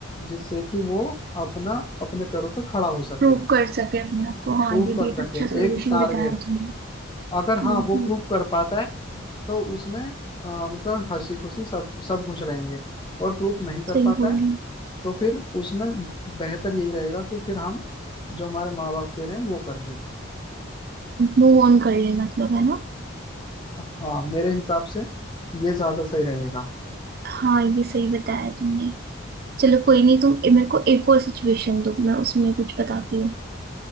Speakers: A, on the left (about 25°); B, on the right (about 45°).
A: जिससे कि वो अपना अपने पैरों पे खड़ा हो सके
B: प्रूव कर सके अपने आप को हाँ
A: प्रूव
B: ये
A: कर
B: भी एक
A: सके
B: अच्छा सोल्यूशन
A: एक टारगेट
B: बताया तुमने
A: अगर हाँ
B: हम्म
A: वो
B: हम्म,
A: प्रूव कर पाता है तो उसमें अ, मतलब हंसी खुशी सब सब खुश रहेंगे और प्रूफ नहीं कर
B: सही
A: पाता
B: बोल
A: है
B: रही
A: तो फिर उसमें बेहतर यही रहेगा कि फिर हम जो हमारे माँ बाप कह रहे हैं वो कर लें
B: मूव ऑन कर ले मतलब है ना
A: हाँ मेरे हिसाब से ये ज्यादा सही रहेगा
B: हाँ ये सही बताया तुमने चलो कोई नहीं तुम ए- मेरे को एक और सिचुएशन दो मैं उसमें कुछ बताती हूँ